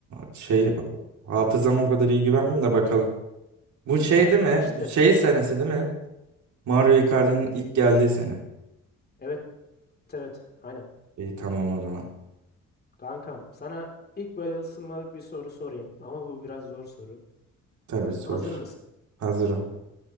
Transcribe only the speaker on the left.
Ya
işte
Evet evet aynen.
Kankam sana ilk böyle ısınmalık bir soru sorayım ama bu biraz zor soru.
Hazır mısın?